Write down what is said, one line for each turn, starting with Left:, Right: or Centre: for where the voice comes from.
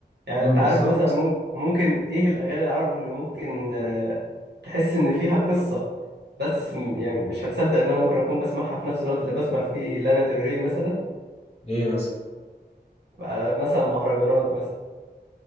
Right: يعني
Left: مم،
Right: أنت عارف
Left: بالظبط
Right: مثلا مم- ممكن إيه الأغاني العربي اللي ممكن آه، تحس إن فيها قصة بس م- يعني مش هتصدق إن أنا ممكن أكون بسمعها في نفس الوقت اللي بسمع فيه لانا ديل ري مثلا
Left: إيه مثلا
Right: آه، مثلا مهرجانات مثلا